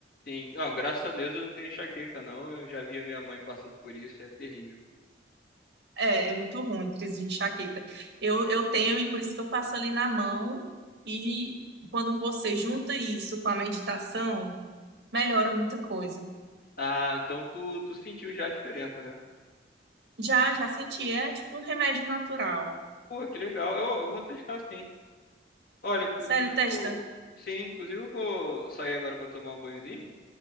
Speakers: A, on the left (about 55°); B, on the right (about 70°).
A: Sim. Ah, graças a Deus eu não tenho enxaqueca, não. Eu já vi a minha mãe passando por isso, é terrível.
B: É, é muito ruim, crise de enxaqueca. Eu, eu tenho, e por isso que eu passo ali na mão. E quando você junta isso com a meditação, melhora muita coisa.
A: Ah, então tu, tu sentiu já a diferença, né?
B: Já, já senti, é tipo um remédio natural.
A: Pô, que legal. Eu, eu vou testar sim. Olha, inclusive
B: Sério,
A: eu
B: testa?
A: vou. Sim, inclusive eu vou sair agora pra tomar um banhozinho.